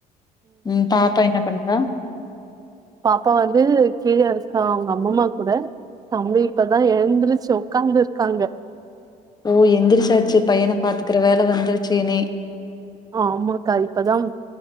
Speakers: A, on the left; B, on the right.
A: ம் பாப்பா என்ன பண்றா
B: பாப்பா வந்து கீழ இருக்கா அவங்க அம்மாம்மா குட தம்பி இப்பதா எழுந்திருச்சு ஒக்காந்துருக்காங்க
A: ஓ எந்திரிச்சாச்சு பையன பாத்துக்கற வேல வந்துருச்சு இனி
B: ஆமாக்கா இப்பதாம்